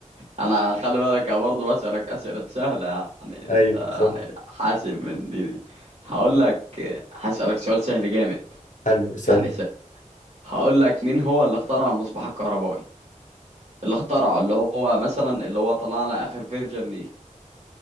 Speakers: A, on the right; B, on the left.
A: انا خلي بالك أنا برضه بسألك أسئلة سهلة يعني
B: أيوه
A: انت يعني
B: صح
A: حاسب من دي دي هقول لك هسألك سؤال سهل جامد
B: حلو اسأل
A: يعني س... هقول لك مين هو اللي اخترع المصباح الكهربائي اللي اخترعه اللي هو مثلا اللي هو طلعنا اخر فيرجن ليه